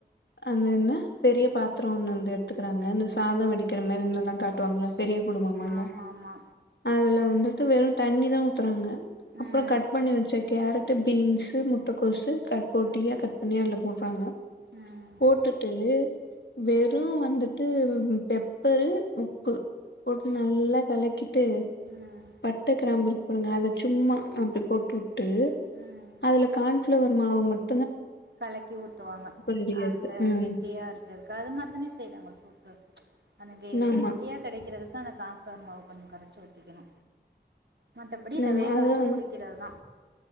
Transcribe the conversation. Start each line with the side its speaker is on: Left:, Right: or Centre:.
Left: அந்த என்ன பெரிய பாத்திர ஒண்ணு வந்து எடுத்துக்கிறாங்க இந்த சாதம்
Right: ம்
Left: வெடிக்கிற மாதிரி இந் தெல்லா காட்டுவாங்கள பெரிய குடும்பமால்ல
Right: ஆமா ஆமா
Left: அதுல வந்துட்டு வெறும் தண்ணித ஊத்துறாங்க அப்புறம்
Right: ம்
Left: கட் பண்ணி வச்ச கேரட் பீன்ஸ் முட்டக்கோஸ் கட் போடியா
Right: ம்
Left: கட் பண்ணி அதுல போடு பங்க
Right: ம்
Left: போட்டுட்டு வெறும் வந்துட்டு பெப்பரு உப்பு போட்டு நல்லா கலக்கி ட்டு
Right: ம்
Left: பட்ட கிரம்பு ஒரு நாலு சும்மா அப்படி போட்டு ட்டு
Right: ம்
Left: அதுல கான்பெளவர் மாவு மட்
Right: கலக்கி ஊத்துவாங்க
Left: ரெடி ஆயிருக்கு
Right: அந்த
Left: ம்
Right: கெட்டியா இருந்ததுக்கு அது மாரி தானே செய்யறாங்க சூப் அந்த
Left: ஆமா
Right: கெட்டியா கிடைக்கிறது அதா அந்த கான்பெளவர் மாவு கொஞ்ச கரைச்சி ஊத்திக்கணு மத்தபடி இத
Left: ஆமா
Right: வேக
Left: அத
Right: வச்சு
Left: வந்து
Right: குடிக்கிறதுதா